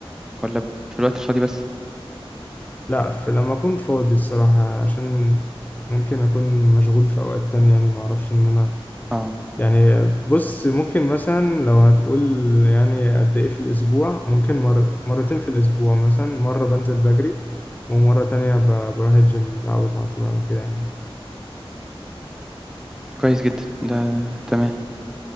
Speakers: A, in the centre; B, on the left.
A: ولا في الوقت الفاضي بس
B: لا في لما اكون فاضي الصراحه عشان ممكن اكون مشغول في اوقات تانية يعني ما اعرفش ان انا
A: اه
B: يعني بص ممكن مثلا لو هتقول يعني قد ايه في الاسبوع ممكن مر... مرتين في الاسبوع مثلا مرة بنزل بجري ومرة تانية ب... بروح الجيم متعود على طول على كده يعني
A: كويس جدا ده تمام